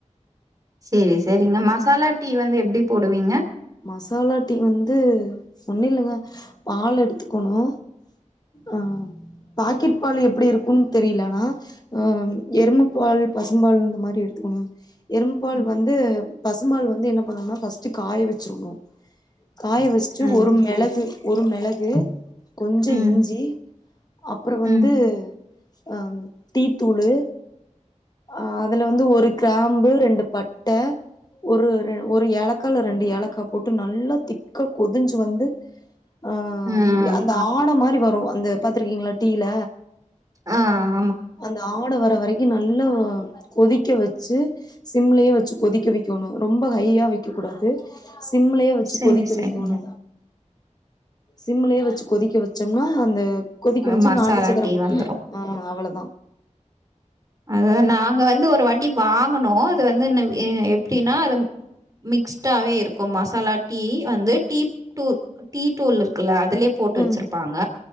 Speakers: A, on the right; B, on the left.
A: சேரி சேரிங்க மசாலா டீ வந்து எப்டி போடுவீங்க
B: மசாலா டீ வந்து ஒன்னுலங்க பால் எடுத்துக்கணு ஆ பாக்கெட் பால் எப்படி இருக்குன்னு தெரியலனா ஆனா எரும பால் பசும் பால் இந்த மாதிரி எடுத் ம் எருமபால்
A: ம்,
B: வந்து பசும்பால் வந்து என்ன பண்ணுனா ஃபஸ்ட் காய வச் டும் காய வச்சுட்டு
A: ம்,
B: ஒரு மெலகு ஒரு மெலகு கொஞ்ச
A: ம்,
B: இஞ்சி அப்புறம்
A: ம்,
B: வந்து ம் டீத்தூலு அ அதுல வந்து ஒரு கிராம்பு ரெண்டு பட்ட ஒரு ஒரு ஏலக்கா ரெண்டு ஏலக்கா போட்டு நல்லா திக்கா கொதிஞ்சு வந்து ஆ
A: ம்.
B: அந்த ஆட மாரி வரும் அந்த பாத்திருக்கீங்களா டீல
A: ஆ ஆ
B: அந்த ஆட வர வரைக் நல்லா கொதிக்க வச்சு சிம்லயே வச்சு கொதிக்க வைக்கணு ரொம்ப ஹையா வைக்க கூடாது சிம்லயே வச்சு
A: சரி,
B: கொதிக்க
A: சரிங்க.
B: வைக்கணு சிம்லயே வச்சு கொதிக்க வச்சோம்னா அந்த கொதிக்க
A: அ
B: வச்சு
A: மசாலா
B: நாட்டு சக்கர
A: டீ
B: போட்டு
A: வந்துரும்.
B: அவ்ளோதா
A: அத நாங்க வந்து ஒரு வாட்டி வாங்கனோ அது வந்து எப்படின்னா அத மிக்ஸ் டாவே இருக்கும் மசாலா டீ வந்து டீ டீத்தூள் இருக்குல்ல அதுலயே போட்டு
B: ம்.
A: வச்சிருப்பாங்க